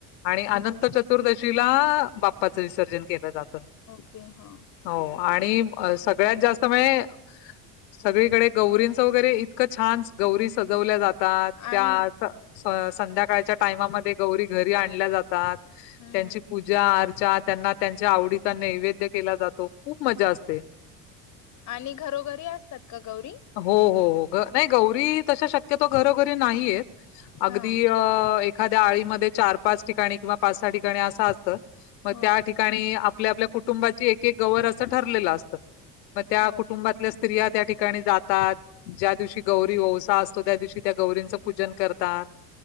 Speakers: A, on the left; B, on the left.
A: आणि अनंत
B: ओके
A: चतुर्दशीला बाप्पाचं विसर्जन केलं जातं
B: ओके हा
A: हो आणि सगळ्यात जास्त म्हणे सगळीकडे गौरींचं वगैरे इतकं छान गौरी सजवल्या जातात त्यात
B: आणि
A: संध्याकाळच्या टायमामध्ये गौरी घरी आणल्या जातात.
B: हम्म
A: त्यांची
B: हम्म
A: पूजा ज्या आरच्या त्यांना त्यांच्या आवडीचा नैवेद्य केला जातो खूप मजा असते.
B: आणि घरोघरी असतात का गौरी?
A: हो हो हो ग नाही गौरी तशा शक्यतो घरोघरी नाही आहेत. अगदी
B: हा
A: अ एक एखाद्या आळीमध्ये चार पाच ठिकाणी किंवा पाच सहा ठिकाणी असा असत मग
B: हो
A: त्या ठिकाणी आप आपल्या कुटुंबाची एक एक गवर अस ठरलेल असत. मग त्या
B: हो
A: कुटुंबात स्त्रिया त्या ठिकाणी जातात. ज्या दिवशी गौरी ओवसा असतो. त्या दिवशी त्या गौरींचं पूजन करतात.